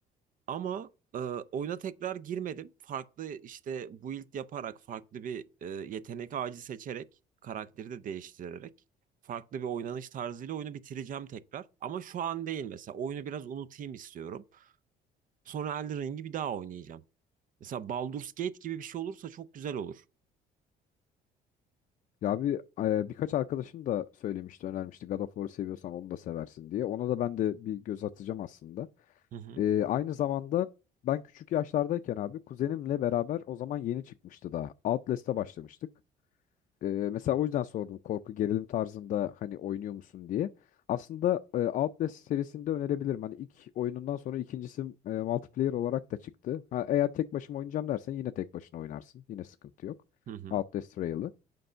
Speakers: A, on the right; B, on the left.
A: Ama e, oyuna tekrar girmedim. Farklı işte build yaparak, farklı bir e, yetenek ağacı seçerek, karakteri de değiştirerek, farklı bir oynanış tarzıyla oyunu bitireceğim tekrar. Ama şu an değil mesela. Oyunu biraz unutayım istiyorum. Sonra Elden Ring'i bir daha oynayacağım. Mesela Baldur's Gate gibi bir şey olursa çok güzel olur.
B: Ya bir e, birkaç arkadaşım da söylemişti, önermişti God of War'u seviyorsan onu da seversin diye. Ona da ben de bir göz atacağım aslında.
A: Hı hı.
B: E, aynı zamanda ben küçük yaşlardayken abi kuzenimle beraber o zaman yeni çıkmıştı daha. Outlast'a başlamıştık. E, mesela o yüzden sordum korku gerilim tarzında hani oynuyor musun diye. Aslında e, Outlast serisini de önerebilirim. Hani ilk oyunundan sonra ikincisi e, multiplayer olarak da çıktı. Ha, eğer tek başıma oynayacağım dersen yine tek başına oynarsın. Yine sıkıntı yok.
A: Hı hı.
B: Outlast Trail'ı.